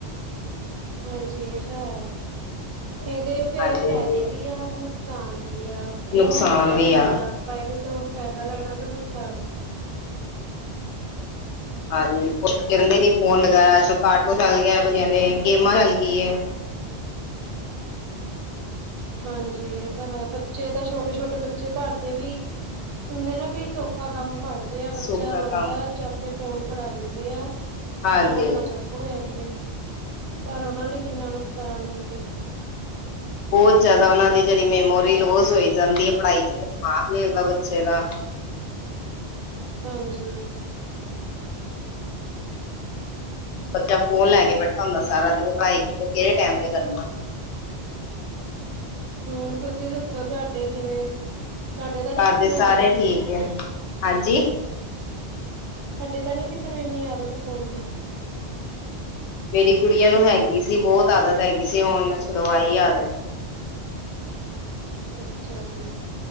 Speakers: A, on the right; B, on the left.
A: ਹਾਂਜੀ ਏ ਤਾਂ ਹੈ। ਏਦੇ ਫੇ
B: ਹਾਂਜੀ
A: ਫਾਇਦੇ
B: ਹਾਂਜੀ
A: ਵੀ ਆ ਨੁਕ ਸਾਨ ਵੀ ਆ। ਏ
B: ਨੁਕਸਾਨ
A: ਹੂਨ ਆਪਾਂ
B: ਵੀ
A: ਤੇ
B: ਆ
A: ਹੁੰਦਾ ਆਪਾਂ ਏਦੇ ਤੋਂ ਫੈਦਾ ਲੈਣਾ ਕੇ ਨੁਕਸਾਨ।
B: ਹਾਂਜੀ <unintelligible> ਬੱਚੇ ਦਿੰਦੇ ਨੀ ਫੋਨ ਲਗਾਇਆ ਏ 'ਚ ਆਟੋ ਚੱਲ ਗਿਐ ਬੱਚਿਆਂ ਦੇ, ਗੇਮਾਂ ਚੱਲ ਗੀ ਏ।
A: ਹਾਂਜੀ ਏ ਤਾਂ ਹੈ। ਬੱਚੇ ਤਾਂ ਛੋਟੇ-ਛੋਟੇ ਬੱਚੇ ਘਰ ਦੇ ਵੀ ਹੁੰਦੇ ਨਾ ਕਈ ਸੌਖਾ ਕੰਮ ਫੜਦੇ ਆ, ਬੱਚਾ
B: ਸੌਖਾ
A: ਰੋਂਦਾ
B: ਕੰਮ
A: ਚੱਕ ਕੇ ਫੋਨ ਫੜਾ ਦਿੰਦੇ ਆ
B: ਹਾਂਜੀ
A: ਫੋਨ ਨਾ ਚੁੱਪ ਹੋ ਜਾਂਦੇ। ਪਰ ਓਨਾਂ ਲਈ ਕਿੰਨਾ ਨੁਕਸਾਨ ਐ, ਏ ਤੇ।
B: ਬੋਹੋਤ ਜਿਆਦਾ ਓਨਾਂ ਦੀ ਜੜੀ ਮੈਮੋਰੀ ਲੋਜ਼ ਹੋਈ ਜਾਂਦੀ ਏ ਪੜਾਈ 'ਚ ਦਿਮਾਗ ਨਈ ਲੱਗਦਾ ਬੱਚੇ ਦਾ।
A: ਹਾਂਜੀ।
B: ਬੱਚਾ ਫੋਨ ਲੈ ਕੇ ਬੈਠਾ ਹੁੰਦਾ ਸਾਰਾ ਦਿਨ ਪੜਾਈ <unintelligible> ਕੇੜੇ ਟੈਮ ਤੇ ਕਰਨਾ।
A: ਹੂੰ, ਤੁਸੀ ਦੱਸੋ ਤੁਆਡੇ ਕਿਵੇਂ? ਤੁਹਾਡੇ ਤਾਂ ਨੀ
B: ਘਰ
A: ਕਿਸੇ
B: ਦੇ
A: ਨੂੰ
B: ਸਾਰੇ
A: ਆਦਤ
B: ਠੀਕ ਏ। ਹਾਂਜੀ?
A: ਹਜੇ ਤਾਂ ਨੀ ਕਿਸੇ ਨੂੰ ਏਨੀ ਆਦਤ ਫੋਨ ਦੀ।
B: ਮੇਰੀ ਗੂੜੀਆਂ ਨੂੰ ਹੈਗੀ ਸੀ, ਬੋਤ ਆਦਤ ਹੈਗੀ ਸੀ ਹੋਨ ਛਡਵਾਈ ਏ ਆਦਤ।
A: ਅੱਛਾ ਜੀ।